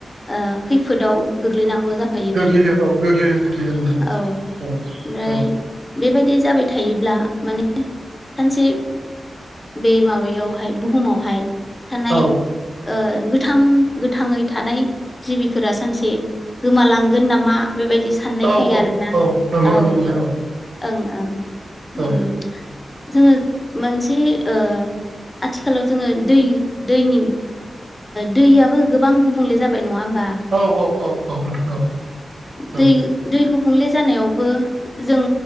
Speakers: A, on the left; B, on the right.
A: ओ खैफोदाव गोग्लैनांगौ जाख
B: गोग्लैयो औ गोग्लैयो गोग्लैयो नोंथां
A: औ
B: औ
A: ओमफ्राय
B: औ
A: बेबायदि जाबाय थायोब्ला माने सानसे बे माबायावहाय बुहुमावहाय थानाय
B: औ
A: ओ गोथां गोथाङै थानाय जिबिफोरा सानसे गोमालांगोन नामा बेबायदि साननाय
B: औ
A: फैयो
B: औ
A: आरोना
B: औ नंगौ
A: औ
B: नंगौ नोंथां औ
A: ओं ओं ओम
B: औ
A: जोङो मोनसे ओ आथिखालाव जोङो दै दैनि दैयाबबो गोबां गुबुंले जाबाय नङा होमबा
B: औ औ औ औ औ
A: दै
B: औ
A: दै गुबुंले जानायावबो जों